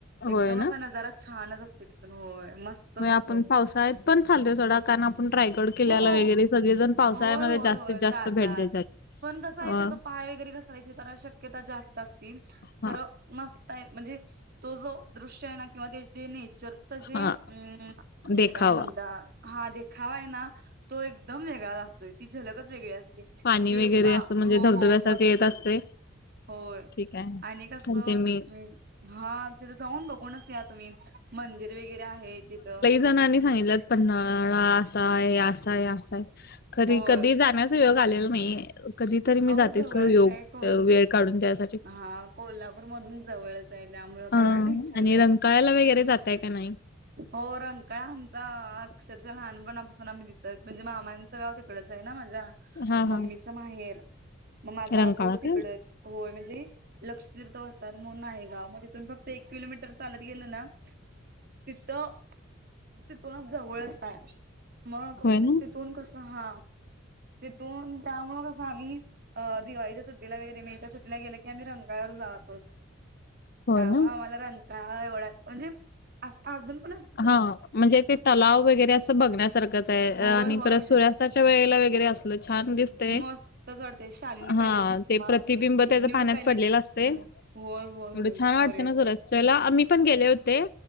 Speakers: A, on the left; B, on the right.
A: होय
B: एकदम
A: ना?
B: असा नजारा छानच असतो तिथून होय मस्तच
A: मग आपण
B: असतो
A: पावसाळ्यात पण चाललोय सोडा. कारण आपण रायगड किल्ल्याला
B: हो
A: वगैरे सगळेजण पावसाळ्यामध्ये
B: होय होय
A: जास्तीत
B: होय
A: जास्त
B: जातात.
A: भेट देतात.
B: पण कसं
A: अ
B: आहे तिथं पाय वगैरे घसरायची जरा शक्यता जास्त असती.
A: हा
B: खरं मस्त आहे म्हणजे तो जो दृश्य आहे ना किंवा त्याचे न चर्त जे
A: हा
B: अम्म म्हणजे
A: देखावा
B: काय म्हणता हा देखावा आहे ना तो एकदम वेगळाच असतोय ती झलकच वेगळी असती. ए
A: पाणी वगैरे
B: पा
A: असं म्हणजे
B: हो
A: धबधब्यासारखे
B: हो मस्तच.
A: येत असते
B: होय.
A: ठीक आहे
B: आणि कसं
A: चालते
B: हम्म
A: मी
B: हा तिथं जाऊन बघूनच त्यात तुम्ही मंदिर वगैरे आहे तिथं.
A: <unintelligible> आणि सांगितल्यात. पन्हाळा असा आहे, असा आहे, असा आहे. खरी
B: होय.
A: कधी जाण्याचा योग आलेला नाहीये. कधी तरी मी
B: अहो
A: जातेस
B: जवळच
A: खरं योग
B: आहे कोल
A: वेळ काढून घ्यायसाठी
B: हा कोल्हापूर मधून जवळच आहे त्यामुळं
A: अ
B: काय एवढं टेन्शन
A: आणि
B: नाही.
A: रंकाळ्याला वगैरे जाताय का नाही
B: हो रंकाळ आमचा अक्षरशः लहानपणापासून आम्ही तिथं हाय म्हणजे मामाचं गाव तिकडचं आहे ना माझ्या
A: हा हा
B: मम्मीच माहेर, मग माझा
A: रंकाळा
B: आजोळ तिकडचं.
A: काय
B: होय म्हण म्हणजे लक्ष <unintelligible> म्हूऊन आहे गाव. मग तिथून फक्त एक किलोमीटर चालत गेलं ना तिथं तिथूनच जवळ आहे, मग
A: होय ना
B: तिथून कसं सहा तिथून त्यामुळं कसं आम्ही अ दिवाळीच्या सुट्टीला वगैरे मेच्या सुटीला गेलं की आम्ही रंकाळ्यावर जातोच.
A: हो
B: त्यामुळे
A: ना
B: आम्हाला रं काळा एवढा हाय, म्हणजे आता अजूणपण असं
A: हां म्हणजे ते तलाव वगैरे असं बघण्यासारखंच आहे
B: होय
A: आणि
B: होय.
A: परत सूर्या स्ताच्या वेळेला वगैरे असलं छान दिस तर
B: मस्तच वाटते शालिनी
A: हां.
B: पॅलेस म्हणा,
A: ते प्रतिबिंब त्याजं
B: न्यू
A: पाण्यात
B: पॅलेस
A: पडलेलं असतंय.
B: होय होय. होय
A: एवढं छान
B: सोर्याचं.
A: वाटते ना सूर्यास्ताच्या वेळेला, आ मीपण गेले होते